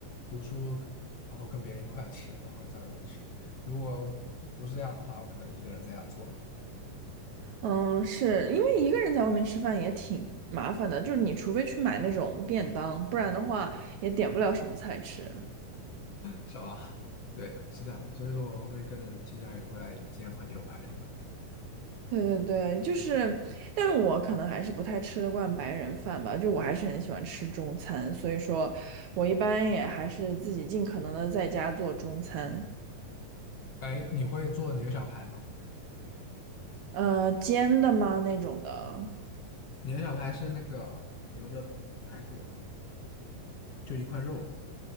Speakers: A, on the left (about 50°); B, on the right (about 65°).
A: 读书，然后跟别人一块吃，然后在外面吃。如果不是这样的话，我可能一个人在家做
B: 嗯，是因为一个人在外面吃饭也挺麻烦的，
A: 对，
B: 就是你除非去买那种便当，不然的话也点不了什么菜吃。
A: 是吧？<laughs> 对的，是这样的所以说，我会更倾向于回来煎块牛排什么的。
B: 对对对，就是，但是我可能还是不太吃得惯白人饭吧，就我还是很喜欢吃中餐，所以说，我一般也还是自己尽可能的在家做中餐，
A: 哎，你会做牛小排吗？
B: 呃，煎的吗那种的，
A: 牛小排是那个牛的排骨，就一块肉，